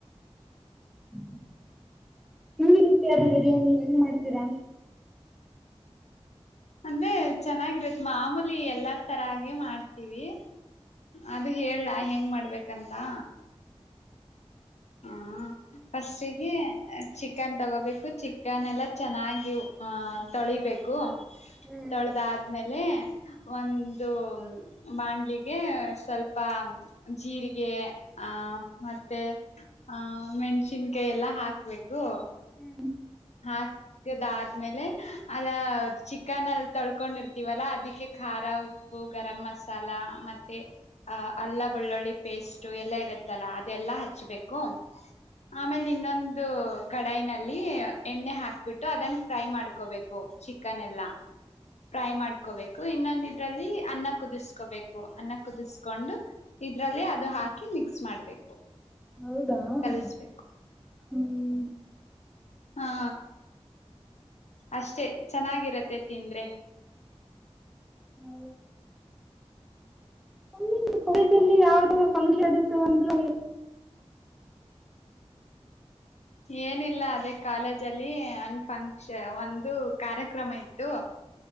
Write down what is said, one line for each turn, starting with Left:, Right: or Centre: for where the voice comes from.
Centre: <inaudible> ಹಂಗಿರುತ್ತೆ ಅದು ಬಿರಿಯಾನಿ ಹೆಂಗ್ ಮಾಡ್ತೀರಾ?
Left: ಅಂದ್ರೆ ಚೆನ್ನಾಗಿರತ್ ಮಾಮೂಲಿ ಎಲ್ಲಾರ್ ತರಗೆ ಮಾಡ್ತೀವಿ ಅ ದು ಹೇಳ್ಲಾ ಹೆಂಗ್ ಮಾಡ್ಬೇಕನ್ ತಾ ಹಾ ಫಸ್ಟಿಗೆ ಚಿಕನ್ ತಗೋಬೇಕು ಚಿಕನ್ ಎಲ್ಲ ಚೆನ್ನಾಗಿ ಅಹ ತೊಳಿಬೇಕು.
Centre: ಹ್ಮ್
Left: ತೊಳ್ದ್ ಆದ್ಮೇಲ್ ಲೇ ಒಂದು ಬಾಣ್ಲಿಗೆ ಸ್ವಲ್ಪ ಜೀರಿಗೆ ಆ ಮತ್ತೆ ಹ ಮೆಣ್ಸಿನ್ಕಾಯಿ ಎಲ್ಲ ಹಾಕ್ಬೇಕು.
Centre: ಹ್ಮ್
Left: ಹಾಕದಾದ್ಮೇಲೆ ಅದು ಚಿಕನಲ್ಲಿ ತೊಳ್ಕೊಂಡಿರ್ತೀವಲ್ಲ ಅದಕ್ಕೆ ಖಾರ ಉಪ್ಪು ಗರಂ ಮಸಾಲ. ಮತ್ತೆ ಆ ಅಲ್ಲಬ್ ಬೆಳ್ಳುಳ್ಳಿ ಪೇಸ್ಟ್ ಎಲ್ಲಾ ಇರುತ್ತಲ್ಲ ಅದೆಲ್ಲಾ ಹಚ್ಬೇಕು ಆಮೇಲೆ ಇನ್ನೊಂದು ಕಡಾಯ್ ನಲ್ಲಿ ಎಣ್ಣೆ ಹಾಕ್ಬಿಟ್ಟು ಅದನ್ನ ಫ್ರೈ ಮಾಡ್ಕೋಬೇಕು ಚಿಕನ್ ಎಲ್ಲಾ ಫ್ರೈ ಮಾಡ್ಕೋಬೇಕು ಇನ್ನೊಂದ ಇದ್ರಲ್ಲಿ ಅನ್ನ ಕುದಿಸ್ಕೋಬೇಕು ಅನ್ನ ಕುದಿಸ್ಕೊಂಡು ಇದ್ರಲ್ಲಿ ಅದು ಹಾಕಿ ಮಿಕ್ಸ್ ಮಾಡ್ಬೇಕು
Centre: ಹೌದಾ ಹ್ಮ್
Left: ಕಲಿಸ್ಬೇಕು ಹಾ ಅಷ್ಟೆ ಚೆನ್ನಾಗಿರತ್ ತಿಂದ್ರೆ
Centre: <unintelligible> ಒಮ್ಮಿ ಕೊಲಜಲ್ಲಿ ಯಾವುದು ಫಂಕ್ಷನ್ ಇತ್ತು ಅಂದ್ರು
Left: ಏನಿಲ್ಲ ಅದೇ ಕಾಲೇಜ ಅಲ್ಲಿ ಒಂದ ಫಂಕ್ಷನ್ ಒಂದು ಕಾರ್ಯಕ್ರಮ ಇತ್ತು